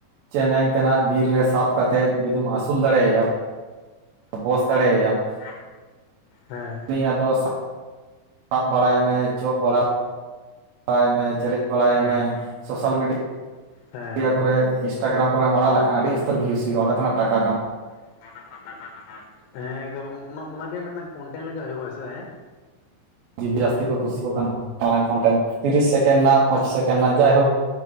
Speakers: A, on the right; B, on the left.
A: ᱪᱮᱢᱮᱧ ᱛᱮᱱᱟᱜ ᱵᱤᱨ ᱨᱮ ᱥᱟᱵ ᱠᱟᱛᱮᱫ ᱡᱩᱫᱤᱢ ᱟᱹᱥᱩᱞ ᱫᱟᱲᱮᱭᱟᱭᱟ᱾ ᱵᱚᱥ ᱫᱟᱲᱮᱭᱟᱢ
B: <unintelligible> ᱦᱮᱸ᱾
A: ᱩᱱᱤ ᱟᱫᱚ ᱥᱟᱵ ᱵᱟᱲᱟᱭᱮᱢᱮ ᱪᱚᱜ ᱵᱟᱲᱟ ᱟᱭ ᱢᱮ ᱪᱮᱨᱮᱡ ᱵᱟᱲᱟᱭᱮᱢᱮ
B: ᱦᱮᱸ
A: ᱥᱳᱥᱟᱞ ᱢᱤᱰᱤ
B: ᱦᱮᱸ
A: ᱭᱟ ᱠᱚᱨᱮ ᱤᱥᱴᱟᱜᱨᱟᱢ ᱠᱚᱨᱮᱢ ᱟᱲᱟᱜ ᱞᱮᱠᱷᱟᱱ ᱟᱹᱰᱤ ᱩᱥᱛᱟᱨ ᱵᱷᱤᱭᱩᱥ ᱦᱩᱭᱩᱜᱼᱟ ᱚᱰᱮ ᱠᱷᱚ ᱴᱟᱠᱟ ᱠᱟ
B: <unintelligible> ᱦᱮᱸ ᱮᱠᱫᱚᱢ ᱚᱱ-ᱚᱱᱟ-ᱚᱱᱟᱜᱮ ᱢᱤᱜᱴᱟᱝ ᱠᱚᱱᱴᱮᱱ ᱞᱮᱠᱟ ᱦᱩᱭᱩᱜᱼᱟ ᱥᱮ ᱮᱸ᱾
A: ᱡᱤᱵᱽ ᱡᱟᱹᱥᱛᱤ ᱠᱚ ᱠᱩᱥᱤᱭᱟ ᱠᱟᱱᱟ ᱢᱟᱨᱟᱝ ᱠᱚᱱᱴᱮᱱ ᱛᱤᱨᱤᱥ ᱥᱮᱠᱮᱱᱰ ᱨᱮᱱᱟᱜ ᱯᱚᱸᱪᱤᱥ ᱥᱮᱠᱮᱱᱰ ᱨᱮᱱᱟᱜ ᱡᱟᱭ ᱦᱳᱠ